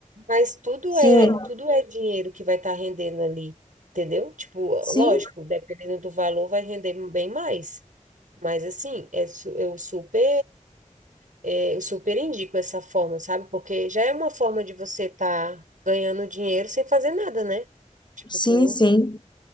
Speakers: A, on the right; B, on the left.
A: Mas tudo
B: Sim,
A: é, tudo é dinheiro que vai estar rendendo ali, entendeu? Tipo,
B: sim,
A: lógico, dependendo do valor, vai render bem mais. Mas assim, é, su- eu super, é, eu super indico essa forma, sabe? Porque já é uma forma de você estar ganhando dinheiro sem fazer nada, né? Tipo,
B: sim,
A: tu
B: sim.